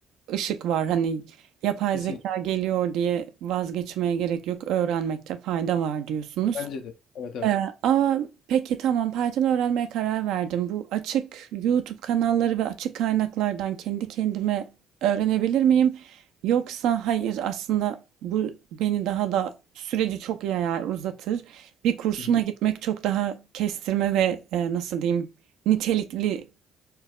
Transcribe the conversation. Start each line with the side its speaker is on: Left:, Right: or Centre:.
Right: ışık var. Hani yapay
Left: kesinlikle.
Right: zeka geliyor diye vazgeçmeye gerek yok. Öğrenmekte fayda var diyorsunuz.
Left: Bence de. Evet, evet.
Right: Ee, ama peki tamam Python öğrenmeye karar verdim. Bu açık YouTube kanalları ve açık kaynaklardan kendi kendime öğrenebilir miyim? Yoksa hayır aslında bu beni daha da süreci çok yayar uzatır. Bir kursuna
Left: Hı hı.
Right: gitmek çok daha kestirme ve e, nasıl diyeyim niteliklisi